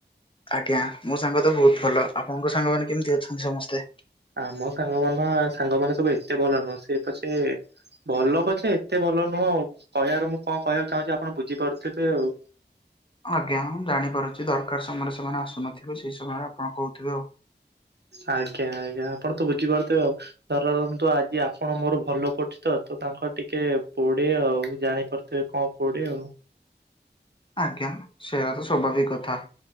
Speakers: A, on the left; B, on the right.
A: ଆଜ୍ଞା ମୋ ସାଙ୍ଗ ତ ବହୁତ ଭଲ ଆପଣଙ୍କ ସାଙ୍ଗମାନେ କେମିତି ଅଛନ୍ତି ସମସ୍ତେ?
B: ଆମ ସାଙ୍ଗ ମାନ ସାଙ୍ଗମାନେ ସବୁ ଏତେ ଭଲ ନୁହଁ ସେ ପଛେ ଭଲ ପଛେ ଏତେ ଭଲ ନୁହଁ ଆଉ କହିବାର ମୁଁ କଣ କହିବାକୁ ଚାହୁଁଛି ଆପଣ ବୁଝିପାରୁଥିବେ ଆଉ
A: ଆଜ୍ଞା ହଁ ଜାଣିପାରୁଛି ଦରକାର ସମୟରେ ସେମାନେ ଆସୁନଥିବେ ସେହି ସମୟରେ ଆପଣ କହୁଥିବେ ଆଉ
B: ଆଜ୍ଞା ଆଜ୍ଞା ଆପଣ ତୁ ବୁଝିପାରୁଥିବେ ଆଉ ଧରନ୍ତୁ ଆଜି ଆପଣ ମୋର ଭଲ ପଡୁଛି ତ ତାଙ୍କର ଟିକେ ପୋଡେ ଆଉ ଜାଣିପାରୁ ତେ କଣ ପୋଡେ ଆଉ
A: ଆଜ୍ଞା ସେୟା ତ ସ୍ୱାଭାବିକ୍ କଥା